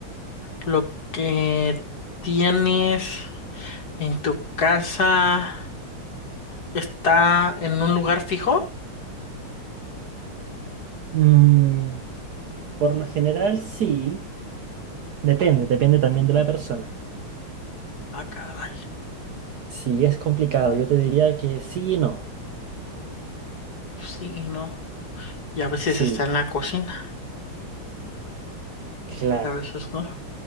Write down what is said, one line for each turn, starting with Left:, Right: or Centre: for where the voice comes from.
Left: lo que tienes en tu casa está en un lugar fijo.
Right: Mm, por lo general, sí, depende, depende también de la persona.
Left: Ah, caray,
Right: Si es complicado, yo te diría que sí y no.
Left: sí y no. Y a veces
Right: Sí,
Left: está en la cocina,
Right: claro.
Left: y a veces no.